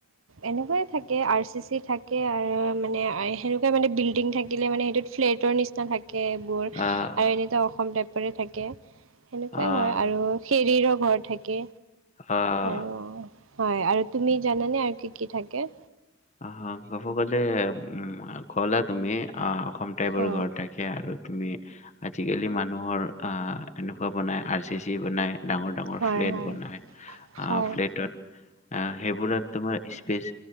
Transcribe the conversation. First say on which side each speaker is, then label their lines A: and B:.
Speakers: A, on the right; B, on the left.
A: এনেকুৱাই থাকে, আৰ চি চি থাকে আৰু মানে সেনেকুৱাই মানে বিল্ডিং থাকিলে মানে সেইটোত ফ্লেটৰ নিচিনা থাক থাকে, এইবোৰ আৰু
B: আহ
A: এনেটো অসম টাইপ <unintelligible> থাকে। সেনেকুৱাই
B: আহ
A: হয় আৰু খেৰীৰ ঘৰ থাকে।
B: আহ
A: অহ। হয় আৰু তুমি জানানে আৰু কি কি থাকে?
B: অ', কব গ'লে উম, কলা তুমি আহ কম টাইপৰ
A: হা
B: ঘৰ থাকে আৰু তুমি আজিকালি মানুহৰ অ, এনেকুৱা বনাই আৰ চি চি বনায় ডাঙৰ ডাঙৰ
A: হয়
B: ফ্লেট
A: হয়
B: বনায়
A: হয়
B: আৰু ফ্লেটত আহ সেইবোৰত তোমাৰ স্পেচ